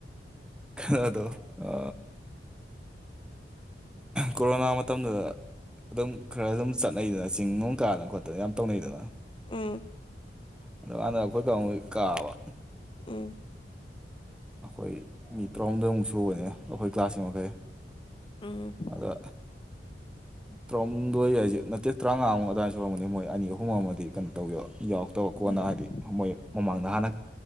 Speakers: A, in the centre; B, on the left.
A: ꯈꯗꯣ ꯑ ꯀꯣꯔꯣꯅꯥ ꯃꯇꯝꯗꯨꯗ ꯑꯗꯨꯝ ꯈꯔ ꯑꯗꯨꯝ ꯆꯠꯅꯩꯗꯅ ꯆꯤꯡ ꯅꯨꯡ ꯀꯥꯗꯅ ꯈꯣꯠꯇꯅ ꯌꯥꯝ ꯇꯧꯅꯩꯗꯅ
B: ꯎꯝ
A: ꯑꯗ ꯋꯥꯗ ꯀꯠꯇ ꯏ ꯀꯥꯕ
B: ꯎꯝ
A: ꯑꯩꯈꯣꯏ ꯃꯤ ꯇꯔꯥꯍꯨꯝꯗꯣꯏꯃꯨꯛ ꯁꯨ ꯑꯣꯏꯅꯦ ꯑꯩꯈꯣꯏ ꯀ꯭ꯂꯥꯁꯁꯤꯡ ꯃꯈꯩ
B: ꯎꯝ
A: ꯑꯗ ꯇꯔꯥꯍꯨꯝꯗꯣꯏ ꯍꯥꯏꯁꯦ ꯅꯠꯇꯦ ꯇꯔꯥꯃꯉꯥꯃꯨꯛ ꯑꯗꯨꯋꯥꯏꯗ ꯁꯨꯔꯝꯕꯅꯦ ꯃꯣꯏ ꯑꯅꯤ ꯑꯍꯨꯝ ꯑꯃꯗꯤ ꯀꯩꯅꯣ ꯇꯧꯒꯦꯕ ꯌꯥꯎꯔꯛꯇꯕ
B: ꯎꯝ
A: ꯀꯣꯟꯅ ꯍꯥꯏꯗꯤ ꯃꯣꯏ ꯃꯃꯥꯡꯗ ꯍꯥꯟꯅ